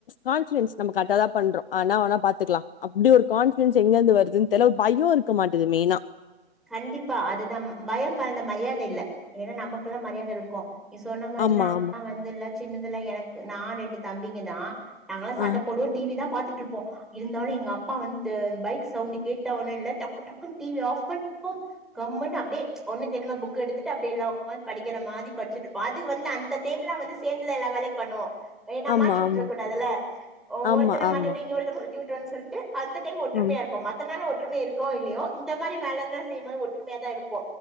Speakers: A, on the left (about 60°); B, in the centre.
A: கான்ஃபிடன்ஸ் நம்ப கர்ட்டாதா பண்றோ ஆனா ஓனா பாத்துக்லா அப்டி ஒரு கான்ஃபிடன்ஸ் எங்கர்ந்து வருதுன் தெர்ல ஒரு பயோ இருக்க மாட்டுது மெய்னா
B: கண்டிப்பா அதுதா பயோ கலந்த மரியாத இல்ல ஏனா நமக்லா மரியாதருக்கோ நீ சொன்ன மாரி
A: ஆமா,
B: நாங்ளா
A: ஆமா.
B: வந்துல்ல சின்னதுல எனக்கு நா ரெண்டு தம்பிங்க தா நாங்களா சண்ட
A: ஆ.
B: போடுவோ டி வி தா பாத்துட்டுருப்போ இருந்தாலு எங்க அப்பா வந்து பைக் சவுண்டு கேட்ட ஒட்னேல்ல டக்கு டக்குன்னு டி வி ஆஃப் பண்ணுவோ கம்ன்னு அப்டே ஒன்னும் தெரிம புக் எடுத்துட்டு அப்டேல்ல படிக்கிற மாரி பட்ச்சிட்ருப்போ அது வந்து அந்த டைம்லா வந்து சேந்துதா எல்லா வேலயு பண்ணுவோ ஏனா
A: ஆமா,
B: மாட்டி விட்ரக்
A: ஆமா.
B: கூடதுல ஓ
A: ஆமா,
B: ஒருத்தன மாட்டி
A: ஆமா.
B: உட்டு இங்க ஒருத்த மாட்டி உட்றுவன் சொல்ட் டு அந்த டைம் ஒற்றுமயாருப்போ
A: ஆம்.
B: மத்த நாள் ஒற்றுமே இருக்கோ இல்லியோ இந்த மாரி வேல தா செய்யிமோது ஒற்றுமயா தா இருப்போ